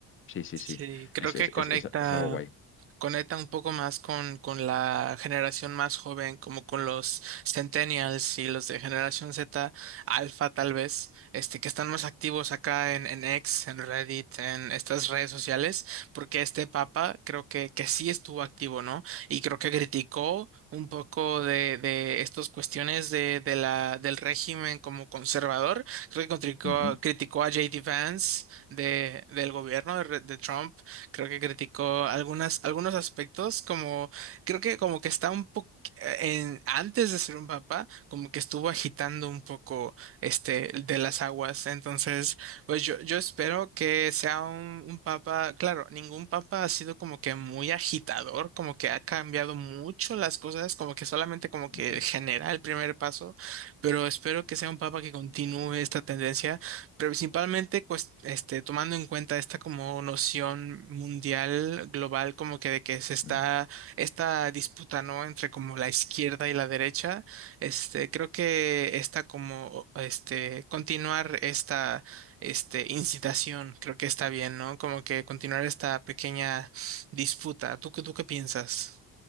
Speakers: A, on the left; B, on the right.
A: sí, sí,
B: sí,
A: sí,
B: creo
A: es,
B: que
A: es,
B: conecta.
A: es, es- es algo guay.
B: conecta un poco más con, con la generación más joven, como con los centennials y los de generación Z, alfa tal vez, este, que están más activos acá en, en X, en Reddit, en estas redes sociales, porque este papa creo que, que sí estuvo activo, ¿no? Y creo que criticó un poco de, de estas cuestiones de, de la, del régimen como conservador. Creo que criticó,
A: Ujú,
B: criticó a J D Vance de, del gobierno de, de Trump Creo que criticó algunas, algunos aspectos, como creo que como que está un poco en, antes de ser un papa, como que estuvo agitando un poco este de las aguas. Entonces, pues yo, yo espero que sea un, un papa, claro, ningún papa ha sido como que muy agitador, como que ha cambiado mucho las cosas, como que solamente como que
A: ujú,
B: genera el primer paso, pero espero que sea un papa que continúe esta tendencia pero principalmente cues- este, tomando en cuenta esta como noción mundial, global, como que de que se está
A: mm.
B: esta disputa, ¿no? Entre como la izquierda y la derecha, este, creo que está como, este, continuar esta, este, incitación, creo que está bien, ¿no? Como que continuar esta pequeña disputa. ¿Tú, qué- tú qué piensas?